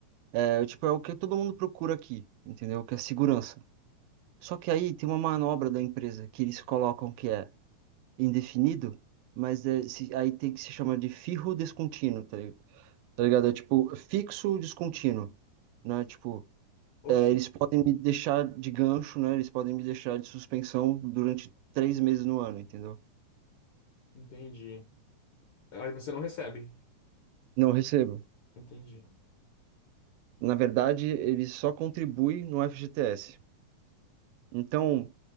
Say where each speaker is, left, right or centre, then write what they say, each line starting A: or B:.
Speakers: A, on the right (about 80°); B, on the left (about 70°).
A: É, tipo, é o que todo mundo procura aqui, entendeu? Que é segurança. Só que aí tem uma manobra da empresa que eles colocam que é indefinido, mas é, se- aí tem que se chama de firro descontínuo, tá, li- tá ligado? É tipo fixo descontínuo, né? Tipo, é,
B: Oxi,
A: eles podem me deixar de gancho, né? Eles podem me deixar de suspensão durante três meses no ano, entendeu?
B: entendi. Aí você não recebe.
A: Não recebo.
B: Entendi.
A: Na verdade, ele só contribui no FGTS. Então,